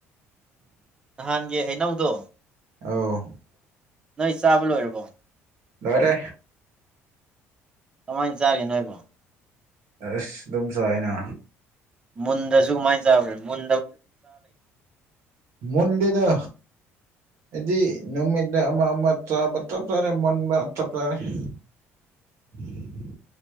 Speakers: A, on the right (about 15°); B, on the right (about 60°).
A: ꯅꯍꯥꯟꯒꯤ ꯍꯩꯅꯧꯗꯣ
B: ꯑ
A: ꯅꯣꯏ ꯆꯥꯕ ꯂꯣꯏꯔꯕꯣ
B: ꯃꯔꯦ
A: ꯀꯃꯥꯏꯅ ꯆꯥꯒꯦ ꯅꯣꯏꯕꯨꯣ
B: ꯑꯁ ꯑꯗꯨꯝ ꯆꯥꯏꯅ
A: ꯃꯨꯟꯗꯁꯨ ꯀꯃꯥꯏꯅ ꯆꯥꯕ꯭ꯔꯦ ꯃꯟ
B: ꯃꯜꯂꯗ ꯍꯥꯏꯗꯤ ꯅꯨꯃꯤꯠꯗ ꯑꯃ ꯑꯃ ꯆꯥꯕ ꯆꯞ ꯆꯥꯔꯦ ꯃꯨꯟꯕ ꯆꯞ ꯆꯥꯔꯦ ꯎꯝ